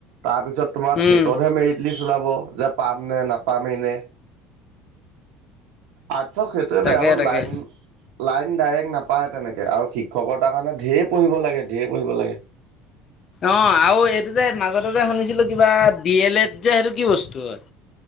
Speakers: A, on the right (about 75°); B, on the left (about 40°).
A: তাৰপিছত তোমাৰ
B: উম
A: টেটতহে মেৰিট লিষ্ট ওলাব যে পাম নে নাপামেই নে। আৰ্টচত সেইটোৱে
B: তাকে
A: বেয়া হ'ল
B: তাকে
A: লাইন লাইন ডাইৰেক্ট নাপায় তেনেকে আৰু শিক্ষকৰতাৰ কাৰণে ধেৰ পঢ়িব লাগে ধেৰ পঢ়িব লাগে।
B: অ', আৰু এইটোতে মাজতেতে শুনিছিলো কিবা ডি এল এড যে সেইটো কি বস্তু হয়।